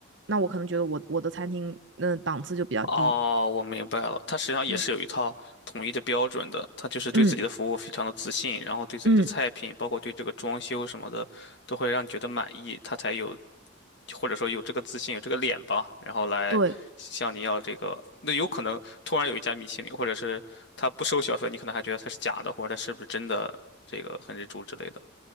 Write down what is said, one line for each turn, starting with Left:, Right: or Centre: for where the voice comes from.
Right: 那我可能觉得我我的餐厅嗯、呃档次就比较低，
Left: 哦，我明白了，他实际上也是有一套统一的标准的，
Right: 嗯
Left: 他就是对自己的服务非常的自信，
Right: 嗯
Left: 然后对自己的菜品，
Right: 嗯，
Left: 包括对这个装修什么的，都会让你觉得满意，他才有或者说有这个自信，有这个脸吧，然后来向你要这个。
Right: 对。
Left: 那有可能突然有一家米其林，或者是他不收小费，你可能还觉得他是假的，或者他是不是真的这个很日柱之类的。